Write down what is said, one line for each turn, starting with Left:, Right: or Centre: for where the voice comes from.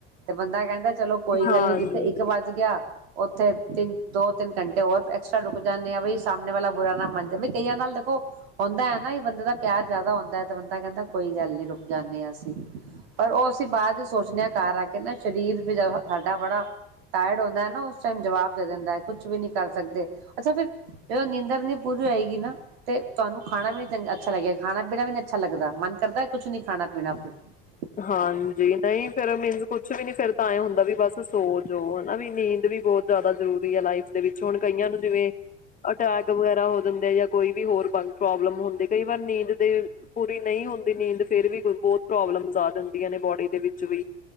Right: ਤੇ ਬੰਦਾ ਕਹਿੰਦਾ ਚਲੋ ਕੋਈ
Left: ਹਾਂਜੀ
Right: ਗੱਲ ਨੀ ਜਿੱਥੇ ਇੱਕ ਵੱਜ ਗਿਆ। ਉੱਥੇ ਤਿੰਨ ਦੋ ਤਿੰਨ ਘੰਟੇ ਹੋਰ ਐਕਸਟਰਾ ਰੁਕ ਜਾਂਨੇ ਆ ਬਈ ਸਾਹਮਣੇ ਵਾਲਾ ਬੁਰਾ ਨਾ ਮੰਨ ਜਾਵੇ ਕਈਆਂ ਨਾਲ ਦੇਖੋ ਹੁੰਦਾ ਹੈ ਨਾ ਬੰਦੇ ਦਾ ਪਿਆਰ ਜ਼ਿਆਦਾ ਹੁੰਦਾ ਹੈ, ਤੇ ਬੰਦਾ ਕਹਿੰਦਾ ਕੋਈ ਗੱਲ ਨੀ ਰੁਕ ਜਾਂਨੇ ਆਂ ਅਸੀਂ ਪਰ ਉਹ ਅਸੀਂ ਬਾਅਦ ਚ ਸੋਚਦੇ ਹਾਂ ਘਰ ਆ ਕੇ ਨਾ ਸਰੀਰ ਵੀ ਸਾਡਾ ਬੜਾ ਟਾਇਰਡ ਹੁੰਦਾ ਨਾ ਉਸ ਟਾਈਮ ਜਵਾਬ ਦੇ ਦਿੰਦਾ ਹੈ, ਕੁਛ ਵੀ ਨੀ ਕਰ ਸਕਦੇ ਅੱਛਾ ਫਿਰ ਜਦੋਂ ਨੀਂਦਰ ਨੀ ਪੂਰੀ ਹੋਏਗੀ ਨਾ ਤੇ ਤੁਹਾਨੂੰ ਖਾਣਾ ਵੀ ਨ ਚੰਗਾ ਅੱਛਾ ਲੱਗਿਆ ਖਾਣਾ ਪੀਣਾ ਵੀ ਨਹੀਂ ਅੱਛਾ ਲੱਗਦਾ ਮਨ ਕਰਦਾ ਕੁਛ ਨੀ ਖਾਣਾ ਪੀਣਾ ਫਿਰ ਹਮ <inaudible>
Left: ਹਾਂਜੀ ਨਹੀਂ ਫੇਰ ਮੀਨ ਕੁਛ ਵੀ ਨੀ ਫੇਰ ਤਾਂ ਇਹ ਹੁੰਦਾ ਵੀ ਬਸ ਸੋ ਜੋੋ ਹਨਾ ਵੀ ਨੀਂਦ ਵੀ ਬਹੁਤ ਜ਼ਿਆਦਾ ਜ਼ਰੂਰੀ ਹੈ, ਲਾਈਫ ਦੇ ਵਿੱਚ ਹੁਣ ਕਈਆਂ ਨੂੰ ਜਿਵੇਂ ਅਟੈਕ ਵਗੈਰਾ ਹੋ ਜਾਂ ਜਾਂ ਕੋਈ ਵੀ ਹੋਰੰ ਪ੍ਰੋਬਲਮ ਹੁੰਦੀ ਕਈ ਵਾਰ ਨੀਂਦ ਦੇ ਪੂਰੀ ਨਹੀਂ ਹੁੰਦੀ ਨੀਂਦ ਫੇਰ ਵੀ ਬਹੁਤ ਪ੍ਰੋਬਲਮ ਪਾ ਦਿੰਦੀਆਂ ਨੇ ਬੋਡੀ ਦੇ ਵਿੱਚ ਵੀ